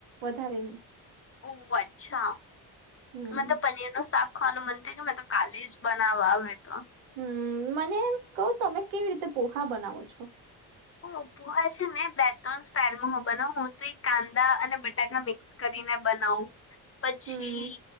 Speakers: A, on the right; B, on the left.
A: વધારેની
B: ઓ અચ્છા
A: હમ
B: મતલબ પનીરનું શાક, ખાવાનું મન થાય કે મેતો કાલે જ બનાવવા આવે તો,
A: હું મને એમ કવ તમે કેવી રીતે પોહા બનાવો છો,
B: હા પોહા છે, ને બે -ત્રણ સ્ટાઇલ બનાવ હતો એ કાંદા અને બટાકા મિક્સ. કરીને બનાવ પછી,
A: હમ